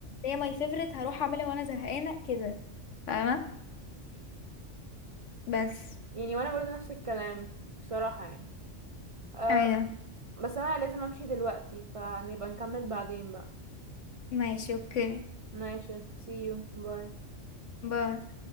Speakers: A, on the left; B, on the right.
A: هي ماي فيفورت هروح اعملها وانا زهقانه كده فاهمه بس
B: يعني وانا برضه نفس الكلام بصراحه يعني آه،
A: ايوه
B: بس انا لازم امشي دلوقتي فنبقى نكمل بعدين بقى
A: ماشي اوكي
B: ماشي see you باي
A: باي